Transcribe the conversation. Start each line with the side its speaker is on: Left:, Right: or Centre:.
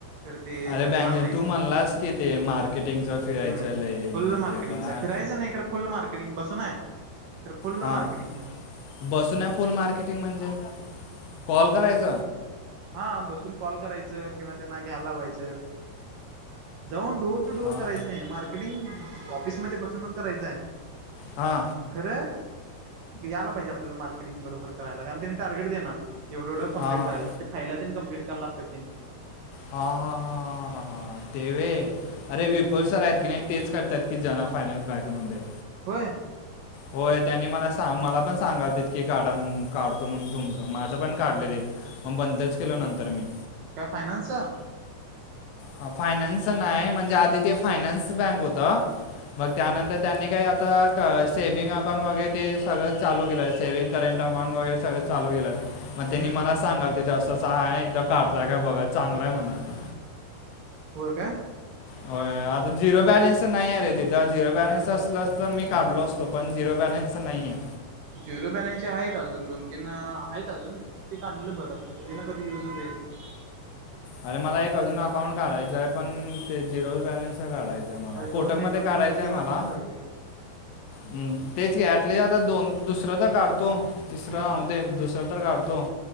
Right: तर ते
Left: अरे
Right: जमणार
Left: बँके
Right: नाही,
Left: तू म्हणलास की ते मार्केटिंगचं फिरायचं
Right: हम्म..
Left: लय
Right: फुल मार्केटिंगच
Left: ते पण आ-
Right: है फिरायचं नाही. फुल मार्केटिंग पासून आहे, तर फुल
Left: हां
Right: मार्केटिंग आहे.
Left: बसून हाय फुल मार्केटिंग म्हणजे.. कॉल करायच.
Right: हा.. बसून कॉल करायचं किंवा त्यांना घ्यायला लावायचं. जाऊन डोअर टू डोअर
Left: हां
Right: करायचं नाही मार्केटिंग.. ऑफिसमध्ये बसूनच करायचं आहे.
Left: हा
Right: खरं यायला पाहिजे आपल्याला मार्केटिंग बरोबर करायला कारण त्यांनी टार्गेट देणार एवढं एवढं कंप्लीट
Left: हां हां
Right: करायचल ते फायला न ते कंप्लीट कराय लागतात त्यांच्या.
Left: हा हा हा हा ते व्हय अरे
Right: हम्म
Left: विपुल सर आहेत की नाही तेच करतात की जना फायनान्स बँक मध्ये.
Right: होय.
Left: होय त्यांनी मला मला पण सांगालत की काढा काढतो म्हणून तुमचं माझं पण काढलेलंय. मग बंदच केलो नंतर मी.
Right: काय फायनान्स चं?
Left: हा फायनान्स नाही म्हणजे आधी ते फायनान्स बँक होत मग त्यानंतर त्यांनी काही आता क सेव्हिंग अकांउंट वगैरे ते सगळंच चालू केलंय, सेव्हिंग करंट अकाउंट वगैरे सगळं चालू केलंत. मग त्यांनी
Right: हम्म
Left: मला सांगालते हिथ असं अस हाय इथं काढताय का बघा चांगलंय म्हण ते.
Right: होय का?
Left: हो आता झिरो बॅलेन्स नाही आहे रे तिथं झिरो बॅलेन्स असल असतं तर मी काढलो असतो. पण झिरो बॅलेन्सच नाही आहे.
Right: झिरो बॅलेन्सचे आहेत अजून दोन तीन आहेत अजून ते काढलेलं बरं आणि कधी ना कधी युज होतयच.
Left: अरे मला एक अजून अकाउंट काढायचं आहे पण ते झिरो बॅलन्स तस काढायचंय मला
Right: अरे
Left: कोटक
Right: दोन नाही
Left: मध्ये
Right: टोटल
Left: काढायचंय
Right: तीन
Left: मला.
Right: अकाउंट पाहिजे
Left: हम्म तेच की ऍटलीस्ट आता दोन दुसरं तर काढतो
Right: हम्म
Left: तिसरं राहु दे दुस सर तर काढतो.